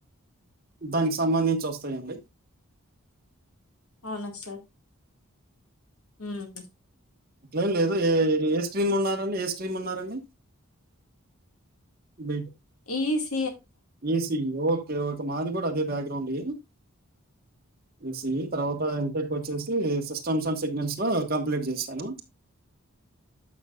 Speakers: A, on the right; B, on the left.
A: దానికి సంబంధించి వస్తాయండి
B: అవునా సార్ మ్మ్
A: అట్లం లేదు ఏ ఏ స్ట్రీమ్ ఉన్నారండి ఏ స్ట్రీమ్ ఉన్నారండి బి టె
B: ఈ స్
A: ఈసియి ఓకే ఓకే మాది కూడా అదే బ్యాక్ గ్రౌండ్ లేదు ఈసీయి తర్వాత వచ్చేసి సిస్టమ్స్ అండ్ సిగ్నల్స్ ను కంప్లీట్ చేశాను